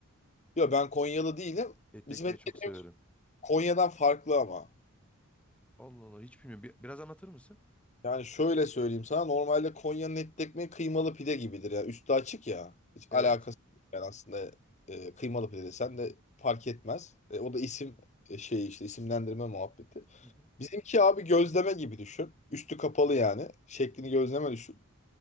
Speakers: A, on the left (about 35°); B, in the centre.
A: Yok ben Konyalı değilim.
B: Etli
A: Bizim
B: ekmeği
A: etli
B: çok
A: ekmek
B: severim.
A: Konya'dan farklı ama.
B: Allah Allah hiç bilmiyorum. Bir- biraz anlatır mısın?
A: Yani şöyle söyleyeyim sana normalde Konya'nın etli ekmeği kıymalı pide gibidir ya. Üstü açık ya. Hiç
B: Evet.
A: alakası yok yani aslında e, kıymalı pide desen de fark etmez. E, o da isim e, şeyi işte isimlendirme muhabbeti.
B: Hı hı.
A: Bizimki abi gözleme gibi düşün. Üstü kapalı yani. Şeklini gözleme düşün.